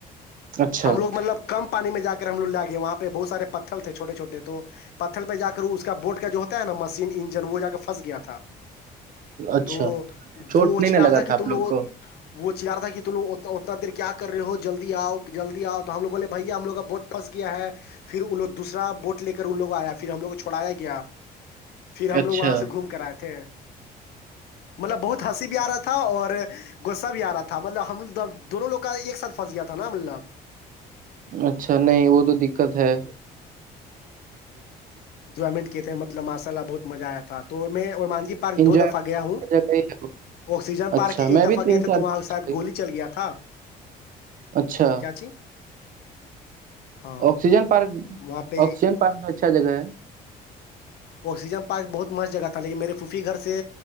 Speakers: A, on the right; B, on the left.
A: اچھا
B: ہم لوگ مطلب کم پانی میں ج کر ہم لگ لا گے وہاں پہ بہت سارے پتھر تھےھوٹے چوٹے تو پتھر پہ جا کر اس کا بوٹ کا جو ہوتا ہے نا مشین انجن وہ جا کے پنس گیا تھا
A: اچھا
B: تو
A: چوٹ
B: وہ
A: نہیں
B: چلا
A: ن لگا
B: رہا تھا کہ
A: آپ
B: تم
A: لوگ
B: لوگوں
A: کو
B: وہ چیار تھا کہ تم اتنا دیر کیا کر رہے ہو جلدی آؤ جلدی آؤ تو ہم لو بولے بھیا ہم لوگ کا واپس گیا ہے پھر ان لوگ دوسرا بوٹ لے کر ان لوگ آیا پھر ہم لوگ کو چھڑایا گیا پھر ہم
A: اچھا
B: لوگ وہاں سے گھوم کر آئے تھے مطلب بہت ہنسی بھی آ رہا تھا اور غصہ بھی آ رہا تھا مطلب ہمب دونوں لوگ کا ایک ساتھ پھنس گیا تھا نا مطلب
A: اچھا نہیں وہ تو دقت ہے جی
B: انجوائمنٹ کیے مطلب ماشاء ال بہت مزہ آیا تو میں اور مان جی
A: انجوائے
B: دو دفعہ گیا ہوں
A: جگہ ہی ہے۔
B: آکسیجن
A: اچھا
B: پارک کے ایک
A: میں
B: دفعہ
A: بھی تین
B: گئے تھے
A: چار
B: تو وہاں
A: بار-
B: کے ساید گولی کی چل گیا تھا
A: اچھا
B: کیا چی ہاں
A: آکسیجن پارک
B: وہاں پہ
A: آکسیجن پارک میں اچھا جگہ ہے
B: آکسیجن پارک بہت مست جگہ تھا لیکن میرے فھوفی گھر سے